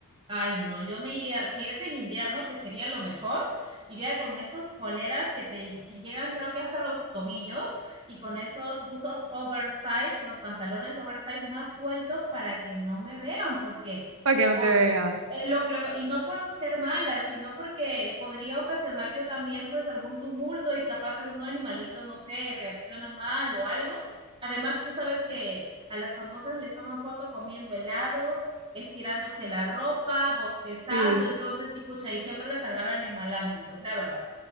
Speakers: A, on the right; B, on the right.
A: Ay, no, yo me iría, si es en invierno, que sería lo mejor, iría con estos poleras que te, te llegan creo que hasta los tobillos y con esos buzos oversize, con los pantalones oversize más sueltos para que no me vean, porque
B: Para que no
A: o-
B: te vean.
A: eh, lo, lo que, y no por ser mala, sino porque podría ocasionar yo también pues algún tumulto y capaz algún animalito, no sé, reacciona mal o algo. Además, tú sabes que a las famosas les toman foto comiendo helado, estirándose la ropa, bostezando,
B: Sí,
A: entonces, y pucha, y siempre las agarran en mal ángulo, es la verdad.